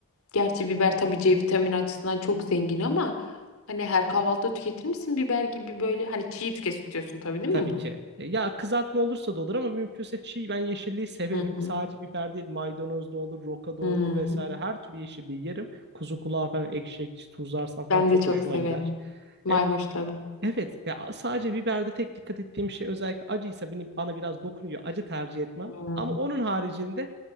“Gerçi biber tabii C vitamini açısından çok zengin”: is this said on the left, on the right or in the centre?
Left